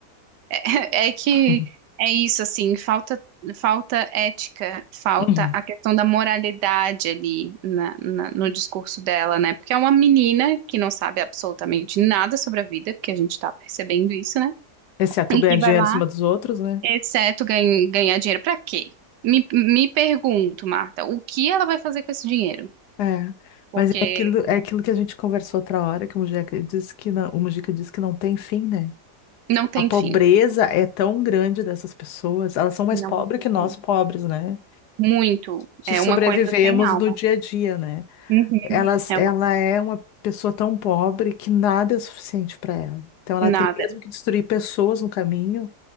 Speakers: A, on the right; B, on the left.
A: <laughs> é que
B: <laughs>
A: é isso assim, falta falta ética, falta
B: Uhum.
A: a questão da moralidade ali na- na- no discurso dela, né? Porque é uma menina que não sabe absolutamente nada sobre a vida, porque a gente está percebendo isso, né?
B: Exceto
A: E
B: ganhar
A: que
B: dinheiro
A: vai lá,
B: em cima dos outros, né?
A: exceto gan- ganhar dinheiro, para quê? Me, me pergunto, Marta, o que ela vai fazer com esse dinheiro?
B: É,
A: Porque
B: mas é aquilo, é aquilo que a gente conversou outra hora, que o Mujica disse que não, o Mujica disse que não tem fim, né?
A: não tem
B: A pobreza
A: fim.
B: é tão grande dessas pessoas, elas são mais
A: Não
B: pobres
A: tem
B: que nós
A: fim.
B: pobres, né?
A: Muito.
B: Que
A: É
B: sobrevivemos
A: uma coisa sem alma.
B: no dia a dia, né?
A: Uhum.
B: Elas,
A: É
B: ela
A: uma
B: é uma pessoa tão pobre que nada é suficiente para ela. Então ela
A: nada.
B: tem mesmo que destruir pessoas no caminho